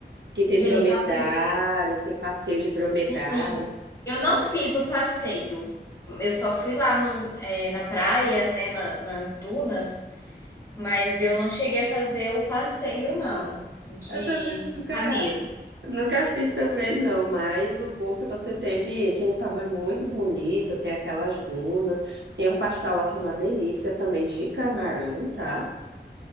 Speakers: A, on the right; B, on the left.
A: que tem
B: Genipabu.
A: dromedário, tem passeio de dromedário.
B: Sim. Eu não fiz o passeio. Eu só fui lá no, é, na praia, né, na- nas dunas. Mas eu não cheguei a fazer o passeio, não, de,
A: Eu também nunca,
B: de camelo.
A: nunca fiz também não, mas o bom que você teve, Pabu é muito bonito, tem aquelas dunas, tem um pastel lá que é uma delícia também de camarão, tá?